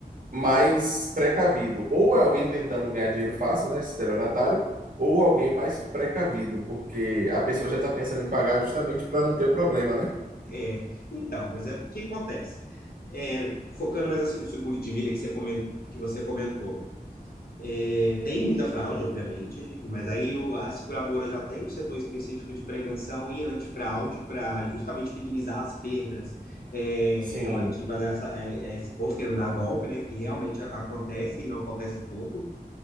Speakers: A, on the right (about 60°); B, on the left (about 70°).
A: mais precavido. Ou é alguém tentando ganhar dinheiro fácil, né? Estelionatário, ou alguém mais precavido, porque a pessoa já está pensando em pagar justamente para não ter o problema, né?
B: É, então, mas é o que acontece. É, focando mais assim no seguro de vida que você comentou, que você comentou. É, tem muita fraude, obviamente, mas aí o- a seguradora já tem um setor específico de prevenção e antifraude para justamente minimizar as perdas é,
A: Sim,
B: relativas a, essa- a- a esse povo querendo dar golpe, né? Que realmente a- acontece e não acontece pouco.